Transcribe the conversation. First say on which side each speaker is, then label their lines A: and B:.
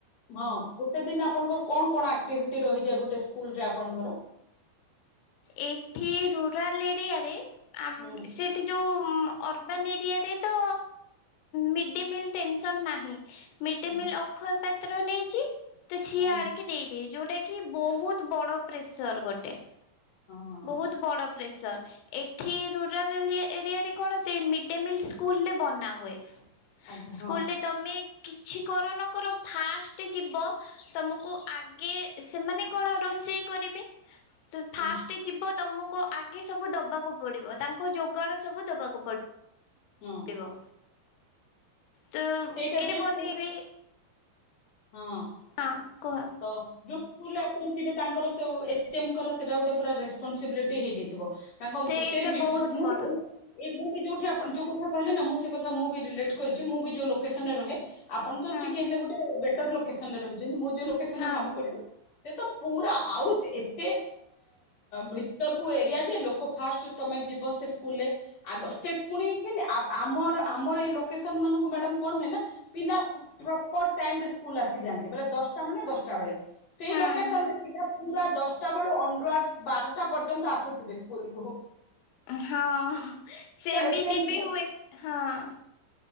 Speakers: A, on the left; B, on the left.
A: ହଁ ଗୋଟେ ଦିନ ଆ ଆପଣଙ୍କର କଣ କଣ ଆକ୍ଟିଭିଟି ରହିଛି ଗୋଟେ ସ୍କୁଲରେ ଆପଣଙ୍କର?
B: ଏଠି ରୁରାଲ ଏରିଆରେ। ଆମ
A: ହୁଁ
B: ସେଠି ଯୋଉ। ଅର୍ବାନ୍ ଏରିଆରେ ତ ମିଡ଼ ଡେ ମିଲ୍ ଟେନସନ୍ ନାହିଁ। ମିଡ୍
A: ହୁଁ
B: ଡେ ମିଲ୍ ଅକ୍ଷୟ ପ ପତ୍ର ନେଇଛି। ତ ସିଏ
A: ହୁଁ
B: ଆଣିକି ଦେଇଛି। ଯୋଉଟା କି ବହୁତ ବଡ ପ୍ରେସର ଗୋଟେ।
A: ହଁ
B: ବହୁତ ବଡ଼ ପ୍ରେସର ଏଠି ରୁରାଲ ଏରିଆରେ କଣ ସେ ମି ଡେ ମିଲ ସ୍କୁଲ ରେ ବନା ହୁଏ।
A: ଆଜ୍ଞା ହଁ
B: ସ୍କୁଲ ରେ ତମେ। କିଛି କର ନ କର ଫାଷ୍ଟ ଯିବ ତମକୁ ଆଗେ ସେମାନେ କଣ ରୋଷେଇ କରିବେ। ତ
A: ହୁଁ
B: ଫାଷ୍ଟ ତମକୁ ଆଗେ ସବୁ ଦବାକୁ ପଡିବ ତାଙ୍କୁ ଯୋଗାଣ ସବୁ ଦବାକୁ ପଡିବ ପଡ଼ିବ।
A: ହଁ
B: ତ
A: ସେଇଟା
B: କେ
A: ଯିଏ
B: ବନେଇବେ
A: ସ୍କୁଲ ହଁ
B: ହଁ କୁହ
A: ତ ଯଉ ସ୍କୁଲରେ ଆପଣ ଥେ ତାଙ୍କର ସବ ଏଚେମ୍ପର ସେଇଟା ଗୋଟେ ପୁରା ରେସ୍ପନ୍ସିବିଲିଟି ହେ ହୋଇଯାଇଥିବ। ତାଙ୍କ
B: ସେଇଟା
A: ସେ ବିଫୋର
B: ବହୁତ
A: ମୁଁ
B: ବଡ
A: ବି ମୁଁ ବି ଯୋଉଠି ଆପଣ ଯୋଉ କହିଲେ ନା ମୁଁ ସେ କଥା ମୁଁ ବି ରିଲେଟ କରିଛି ମୁଁ ଯୋଉ ଲୋକସନରେ ରହେ। ଆପଣ ତ
B: ହୁଁ
A: ଟିକେ ହେଲେ ଗୋଟେ ଲୋକେସନ ରହିଛନ୍ତି। ଯୋଉ ଲୋକେସନ
B: ହଁ
A: ରେ କାମ କରିବ ସେ ତ ପୁରା ଆଉ ଏତେ ଭିତରକୁ ଏରିଆ ଯେ ଲୋକ ଫାଷ୍ଟ ତମେ ଯିବ ସେ ସ୍କୁଲରେ ଆଗ ସେ ପୁଣି କି ଆମର ଆମର ଏ ଲୋକେସନ ମାନଙ୍କୁ ମ୍ୟାଡମ କଣ ହୁଏ ନା ପିଲା ପ୍ରପର ଟାଇମରେ ସ୍କୁଲ ଆସିଯାଆନ୍ତି ବଲେ ଦଶଟା ମେଳେ ନା ଦଶା ବେଳେ। ସେଇ
B: ହୁଁ
A: ଲୋକେସନ
B: ହୁଁ
A: ରେ ଥିବା ପୁରା ଦଶଟା ବେଳୁ ବାରଟା ପର୍ଯ୍ୟନ୍ତ ଆସୁଥିବେ ସ୍କୁଲ କୁ।
B: ହଁ ସେମିତି
A: ଏଚଏମ୍, ହଁ
B: ବି ହୁଏ, ହଁ।